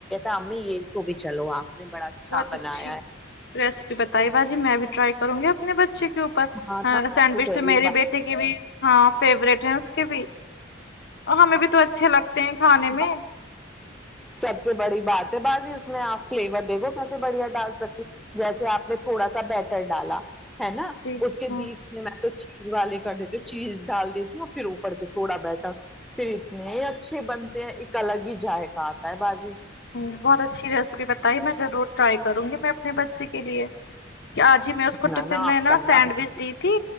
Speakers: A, in the centre; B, on the left.
A: ہے امی یہی تو بھی چلو آپ نے بڑا اچھا
B: بہت اچھی
A: بنایا ہے
B: ریسیپی بتائی باجی میں بھی ٹرائی کروں گی اپنے بچے کے اوپر
A: ہاں میں
B: سینڈوچ
A: آپ کو کہہ
B: تو
A: رہی
B: میرری بیٹے کے بھی ہاں فیوریٹ ہیں اس کے بھی اور ہمیں بھی تو اچھے لگتے ہیں کھانے
A: ہوں
B: میں
A: سب سے بڑی بات ہے باازی اس میں آپ فلیور دیکھو کیسے بڑھیا ڈال سکتی جیسے آپ نے تھوڑا سا بیٹر ڈالا ہے نا
B: جی
A: اس کے
B: ہاں
A: بیچ میں تو چیز والے کر دیتی ہوں چیز ڈال دیتی ہوں پھر اوپر سے تھوڑا بیٹر پھر اتنے اچھے بنتے ہیں ایک الگ ہی جذائقہ آتا ہے بازی
B: ہمم بہت اچھی ریسپی بتائی میں ضرور ٹرائی کروں گی میں اپنے بچے کے لیے آج ہی میں اس کو
A: نہ
B: ٹفن
A: نہ
B: میں
A: آپ
B: نا
A: کرنا
B: سینڈوچ
A: بازی۔
B: دی تھی